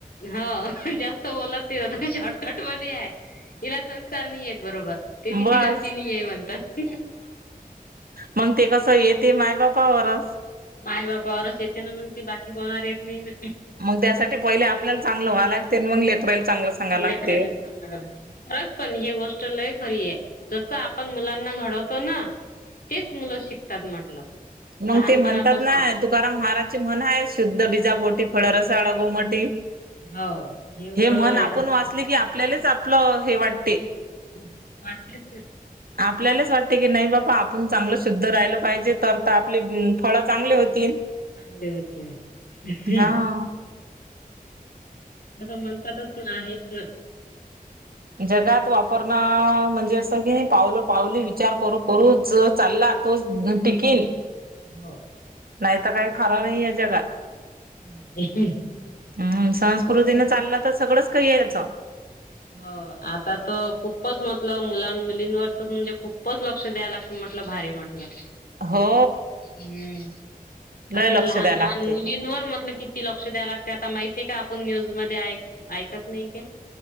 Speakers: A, on the left; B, on the right.
A: हो जास्त बोलत ते शॉट कट मध्ये आहे इला संस्कार नही येत बरोबर ते तिची
B: बस
A: गलती नहीय म्हणतात.
B: मंग ते कसं येते माय बापावरचं.
A: माय बापावरच येतेना मंग ते बाकी कोणावर येत नही ना.
B: मंग त्यासाठी पहिले आपल्याला चांगलं व्हा लागते न मंग लेकरायला चांगलं सांगाय
A: अन
B: लागते
A: लेकरायला हा खरंच, बस पण ही गोष्ट लय खरीये जसं आपण मुलांना घडवतो ना तेच मुलं शिकतात म्हटलं.
B: मंग
A: लहानपणापासून.
B: ते म्हणतात ना तुकाराम महाराजची म्हण हाय शुद्ध बिजा पोटी फळ रसाळ गोमटी.
A: हो
B: हे
A: बरोबर
B: म्हण
A: आहे.
B: आपुण वाचले की आपल्यालाच आपलं हे वाटते.
A: उ वाटलेच से
B: आपल्यालाच वाटते की नाही बाप्पा आपुण चांगलं शुद्ध राहिलं पाहिजेत. तर त आपले उम फळ चांगले होतील.
A: चांगले होतील. हम्म
B: हां.
A: असं म्हणतातच तर आहेच
B: जगात वापरणं म्हणजे असं की पावलो पावली विचार करू करूच चाललात. तोच देवुन टाक की
A: हो.
B: नाही तर काय खरा नाही या जगात.
A: नाही ही ही.
B: हम्म संस्कृतीन चाललं तर सगळंच काही यायचं.
A: हो आता तर खूपच म्हटलं मुलां मुलींवरती त म्हणजे खूपच लक्ष द्याय लागते म्हटलं भारी म्हट ला.
B: हो
A: हम्म,
B: लय
A: आता
B: लक्ष
A: तर लहान
B: द्याय लागते.
A: लहान मुलींवर मटल कि कि लक्ष द्याय लागते आता माहित नाही का आपण न्यूज मध्ये ऐक ऐकत नही काय?